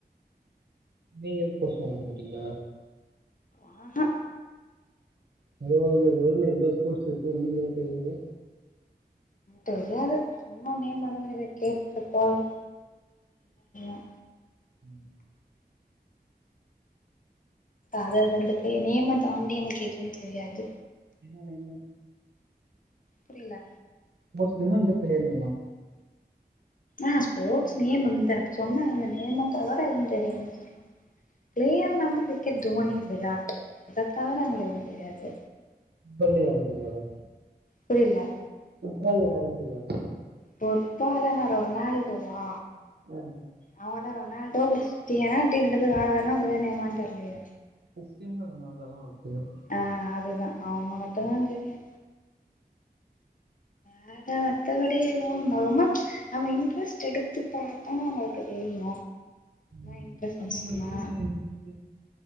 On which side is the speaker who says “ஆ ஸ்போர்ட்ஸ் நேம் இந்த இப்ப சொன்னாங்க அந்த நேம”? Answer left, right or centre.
Left